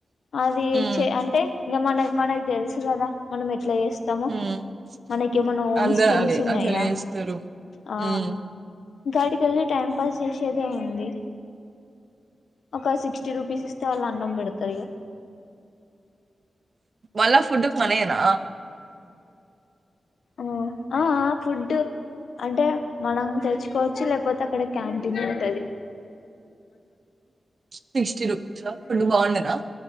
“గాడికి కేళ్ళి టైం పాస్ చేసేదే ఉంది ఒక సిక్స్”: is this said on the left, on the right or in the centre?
Left